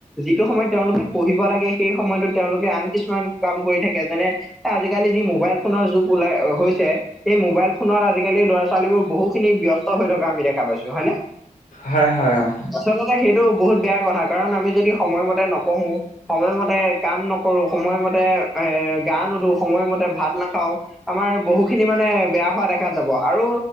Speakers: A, in the centre; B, on the left (about 70°).
A: যিটো সময়ত তেওঁলোকে পঢ়িব লাগে সেই সময়তত তেওঁলোকে আন কিছুমান কাম কৰি থাকে যেনে। এ আজিকালি যি মোবাইল ফোনৰ যুগ ওলাই হৈছে। এই মোবাইল ফোনত আজিকালি ল'ৰা ছোৱালীবোৰ বহু খিনি ব্যস্ত হৈ থকা আমি দেখা পাইছো হয় নে।
B: হয় হয় অঁ।
A: আচলতে সেইটো বহুত বেয়া কথা কাৰণ আমি যদি সময়মতে নপঢ়ো সময়মতে কাম নকৰো সময়মতে এ গা নুধো সময়মতে ভাত নাখাওঁ আমাৰ বহু খিনি মানে বেয়া হোৱা দেখা যাব আৰু